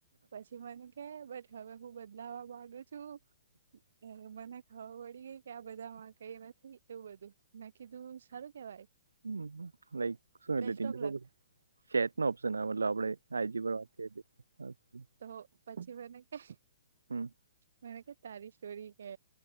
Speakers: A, on the right (about 65°); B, on the right (about 80°).
A: પછી પછી મને કે બટ હવે હું બદલાવા માંગુ છું મને ખબર પડી ગઈકે, આ બધામાં કઈ નથી એવું બધું, મેં કીધું સારું કેવાય.
B: હમ્મ હમ્મ, લાઈક સો એટલે
A: બેસ્ટ ઓફ
B: <unintelligible>
A: લક
B: સેટ નો ઓપ્શન આવે આપડે હા જી પર વાત કઈરી <unintelligible>
A: તોહો, પછી મને કે
B: હમ્મ
A: મને કે તારી સ્ટોરી કે,